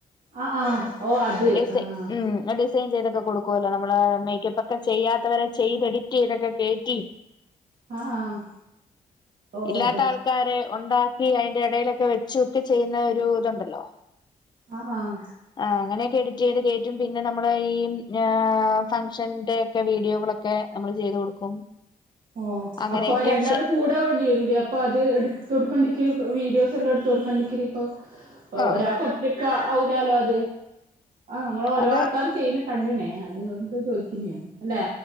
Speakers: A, on the right (about 75°); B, on the left (about 30°).
A: ആ ആഹ് ഓഹ് അത്
B: ഡിസൈ
A: ആഹ്
B: ഉം ഡിസൈൻ ചെയ്തൊക്കെ കൊടുക്കല്ലോ നമ്മള് മേയ്ക്കപ്പ് ഒക്കെ ചെയ്യാത്തവരെ ചെയ്ത് എഡിറ്റ് ചെയ്തൊക്കെ കേയ്റ്റി
A: ആഹ് ആഹ് ഓ
B: ഇല്ലാത്ത
A: അതാ
B: ആൾക്കാര് ഉണ്ടാ ഈ അതിന്റെ ഇടയിലൊക്കെ വെച്ചു ത്തി ചെയ്യുന്ന ഒരു ഇതുണ്ടല്ലോ
A: ആഹ് ആഹ്
B: ആ അങ്ങനെയൊക്കെ എഡിറ്റ് ചെയ്ത് കേറ്റും പിന്നെ നമ്മള് ഈ ഏ ഫംഗ്ഷന്റെ ഒക്കെ വീഡിയോകളൊക്കെ നമ്മള് ചെയ്ത് കൊടുക്കും.
A: ഓ
B: അങ്ങനെയൊക്കെ
A: അപ്പൊ രണ്ടാള്
B: ചെ
A: കൂടെ വേണ്ടി വരൂലേ അപ്പോ അത് എട്തൊട്ക്ക <unintelligible> വീഡിയോസ് എല്ലാം എടുത്ത് കൊടുക്കേ <unintelligible> ഇപ്പോ
B: ആഹ്
A: ഒരാൾക്കൊ ക്ക ഔലാലോ അത് ആഹ് നമ്മൾ ഓരോ
B: അത്
A: ആൾക്കാര് ചെയ്യുന്ന കണ്ട്ണേ അതുകൊണ്ട് ചോദിക്കുന്നയാണ് അല്ലേ